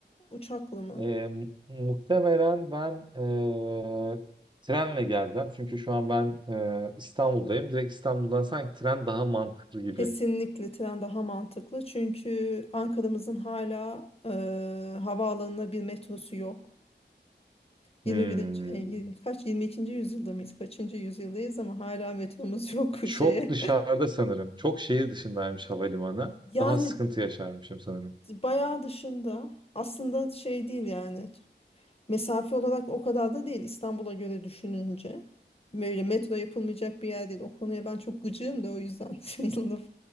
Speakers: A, on the left (about 30°); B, on the right (about 25°).
A: Uçakla mı?
B: E, mu- muhtemelen ben e, trenle geleceğim. Çünkü şu an ben e, İstanbul'dayım. Direkt İstanbul'dan sanki tren daha mantıklı gibi.
A: Kesinlikle tren daha mantıklı. Çünkü Ankara'mızın hala e, havaalanına bir metrosu yok.
B: Hmm.
A: 21. e, yirmi- kaç 22. yüzyılda mıyız? Kaçıncı yüzyıldayız ama hala metromuz yok
B: Çok
A: <laughs> bu şeye.
B: dışarıda sanırım. Çok şehir dışındaymış havalimanı.
A: Yani
B: Daha sıkıntı yaşarmışım sanırım.
A: bayağı dışında aslında şey değil yani Mesafe olarak o kadar da değil İstanbul'a göre düşününce. Böyle metro yapılmayacak bir yer değil. O konuya ben çok gıcığım da o yüzden <laughs> şey, laf,